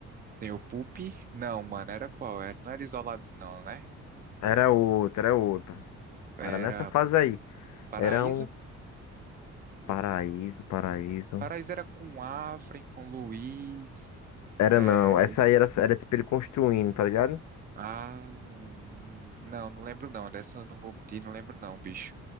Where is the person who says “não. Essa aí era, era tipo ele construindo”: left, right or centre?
Left